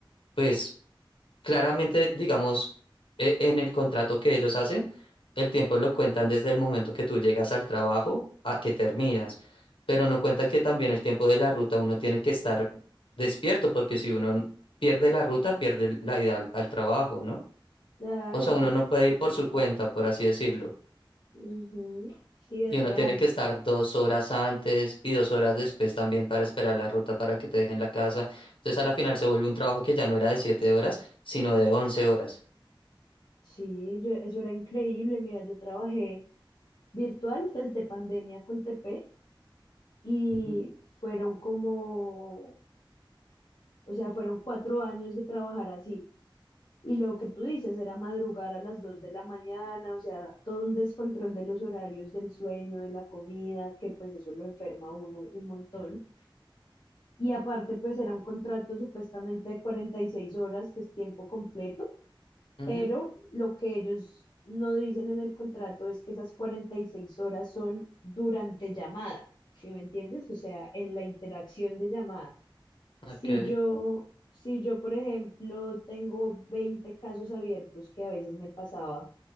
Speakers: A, on the left; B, on the left.
A: pues Claramente, digamos, e- en el contrato que ellos hacen, el tiempo lo cuentan desde el momento que tú llegas al trabajo a que terminas, pero no cuentan que también el tiempo de la ruta uno tiene que estar despierto, porque si uno n- pierde la ruta, pierde el- la ida al, al trabajo, ¿no?
B: Claro,
A: O sea, uno
B: to-
A: no puede ir por
B: tal
A: su cuenta,
B: cual.
A: por así decirlo.
B: ujú. Sí, es
A: Y uno
B: real.
A: tiene que estar dos horas antes y dos horas después también para esperar la ruta para que te dejen la casa. Entonces, a la final se vuelve un trabajo que ya no era de siete horas, sino de once horas.
B: Sí, yo, eso era increíble. Mira, yo trabajé virtual desde pandemia con TP y
A: Ujú,
B: fueron como, o sea, fueron cuatro años de trabajar así. Y lo que tú dices era madrugar a las dos de la mañana, o sea, todo un descontrol de los horarios del sueño, de la comida, que pues eso lo enferma a uno un montón. Y aparte, pues era un contrato supuestamente de 46 horas, que es tiempo completo,
A: ujú.
B: pero lo que ellos no dicen en el contrato es que esas 46 horas son durante llamada, ¿sí me entiendes? O sea, en la interacción de llamada. Si
A: Ok.
B: yo, si yo, por ejemplo, tengo 20 casos abiertos, que a veces me pasaba,